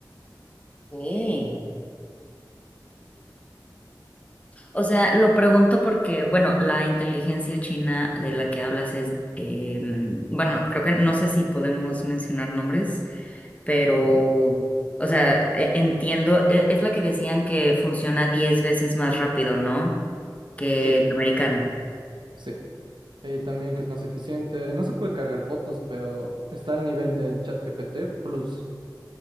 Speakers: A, on the left; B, on the right.
A: Sí. O sea, lo pregunto porque, bueno, la inteligencia china de la que hablas es, eh, bueno, creo que no sé si podemos mencionar nombres, pero,
B: Ujú,
A: o sea, e- entiendo, e- es la que decían que funciona 10 veces más rápido, ¿no? Que
B: Sí,
A: la americana.
B: sí. Y también que es más eficiente. No se puede cargar fotos, pero está al nivel del ChatGPT Plus.